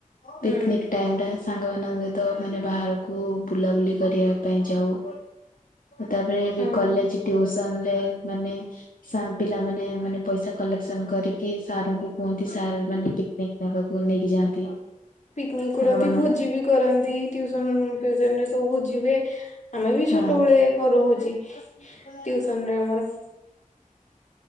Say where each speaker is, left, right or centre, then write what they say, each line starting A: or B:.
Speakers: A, on the left; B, on the left.
A: ହୁଁ
B: ପିକ୍ନିକ୍ ଟାଇମ ଟା ସାଙ୍ଗମାନାନଙ୍କ ସହିତ ମାନେ ବାହାରକୁ ବୁଲାବୁଲି କରିବା ପାଇଁ ଯାଉ। ତାପରେ ବି
A: ହଁ
B: କଲେଜ ଟିୟୁସନ୍ ସନ ରେ ମାନେ ସାଙ୍ଗ୍ ପିଲାମାନେ ମାନେ ପଇସା କଲେକ୍ସନ କରିକି ସାର୍ ଙ୍କୁ କୁହନ୍ତି ସାର୍ ମାନେ ପିକ୍ ନିକ୍ ନବାକୁ ନେଇକି ଯାଆନ୍ତି।
A: ପିକ୍ ନିକ୍ କରନ୍ତି
B: ସାଙ୍ଗମାନ
A: ଭୋଜି ବି କରନ୍ତି ଟିଉସନ ଫିଉସନ ରେ ସବୁ ଭୋଜି ହୁଏ। ଆମେ ବି
B: ହଁ।
A: ଛୋଟବେଳେ କରୁ ଭୋଜି ଟ୍ୟୁସନ ରେ ଆମର।